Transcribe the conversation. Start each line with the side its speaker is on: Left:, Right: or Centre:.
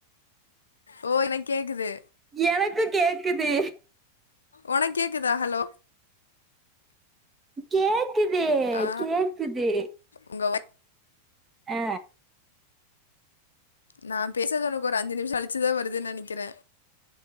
Left: ஓ என்ன கேக்குது
Right: எனக்கு கேக்குது
Left: உனக்கேக்குதா ஹலோ
Right: கேக் க்குது
Left: ஆ
Right: கேக்குது
Left: உங்க வாய்
Right: அ
Left: நா பேசறது உனக்கு ஒரு அஞ்சு நிமிஷோ கழிச்சுதா வருதுன் நெனக்கிறே